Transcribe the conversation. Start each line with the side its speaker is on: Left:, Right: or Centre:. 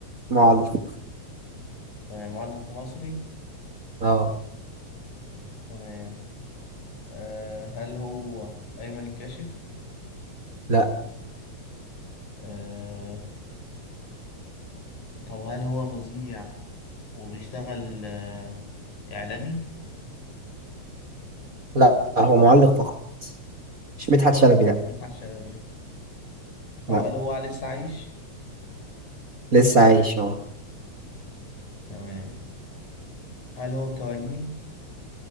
Right: معلق
Left: تمام معلق مصري
Right: اه
Left: تمام آه هل هو أيمن الكاشف
Right: لا
Left: آه طب هل هو مذيع وبيشتغل آه إعلامي
Right: لا هو معلق فقط مش مدحت شلبي لا
Left: مش مدحت شلبي يعني. طب
Right: لا
Left: هل هو لسه عايش
Right: لسه عايش اه
Left: تمام هل هو الكواليني